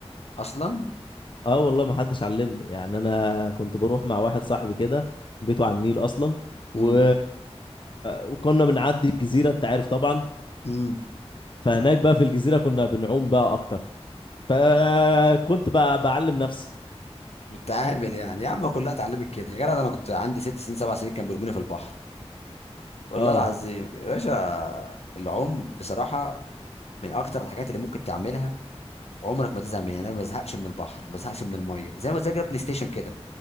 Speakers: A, on the left; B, on the left.
A: اصلا
B: اه والله ما حدش علمني يعني انا كنت بروح مع واحد صاحبي كده بيته على النيل اصلا و...
A: امم
B: وكنا بنعدي الجزيره انت عارف طبعا
A: امم
B: فهناك بقى في الجزيره كنا بنعوم بقى اكتر فكنت بقى بعلم نفسي
A: بتعامل يعني يا عم كلها اتعلمت كده يا جدع ده انا كنت عندي ست سنين سبع سنين كان بيرموني في البحر والله
B: اه
A: العظيم يا باشا العوم بصراحة من أكتر الحاجات اللي ممكن تعملها وعمرك ما تزهق منها يعني أنا ما بزهقش من البحر ما بزهقش من المية زي ما تذاكر بلاي ستيشن كده